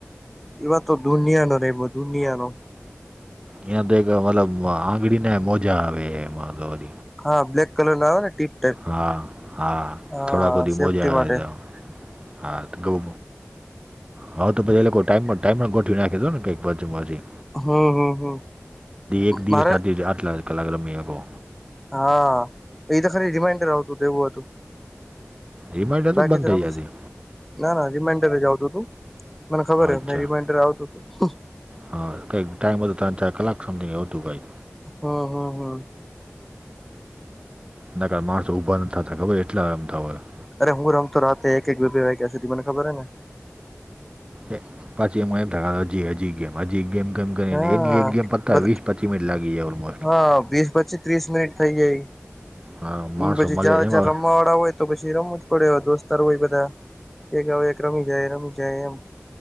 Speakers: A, in the centre; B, on the right (about 20°).
A: એવા તો દુનિયા નો રહેે દુનિયા નો
B: એયા તો એક મતલબ આંગળીને મોજા આવે એમાં તો વ
A: હા બ્લેક કલર લાવ ને ટીપ. ટાઈપ
B: હા હા
A: હા
B: થોડાડા ખુદી
A: સેફ્ટી
B: મોજા આવે
A: માટે
B: ત. હા ગ હા તો પછી એઈ ટાઈમ ટાઈમ પણ ગોઠવી નાખી દો ને કઈક બાજુી.
A: હમ હમ હમ
B: એક દિવસ
A: મારે
B: આ આટલા કલાકી અ ગો
A: હા એ તો ખરી રિમાઈન્ડર આવતું દે એવું હતું.
B: રિમાઇન્ડર
A: બાકી
B: તો બંધ
A: તી
B: થઈ જતી
A: ના ના રિમાન્ટરે જાવતું તું. મને ખબર
B: અચ્છા
A: હ મે રિમાઈન્ડર આવતોું હતું.
B: હા કઈક ટાઈમ બધો ત્રણ ચાર કલાક સમંગ આવ હતું કઈક.
A: હમ હમ હમ
B: ના કાર માણસો ઉભા નાતા ખબર એટલા આરામ થ હોય <inaudible>
A: અરે હું રમ તો રાતે એક એક બે બે વાગ્યા સુધી મને ખબર હ ને
B: એ પાછી એમ થ હજી હજી ગમ હજી ગમમ કરી
A: હા
B: એની એક ગમ પ વ <inaudible> ટમે લાગી <inaudible>
A: હા વીસ પછી ત્રીસ મિનિટ થઇ ગયા
B: હા માણસો
A: પછી
B: મળે
A: જા
B: એમાં
A: જા રમવા વાળા હોય તો પછી રમવું પડે દોસ્તારો હોય બધા એક એક રમી જાય રમી જાય એમ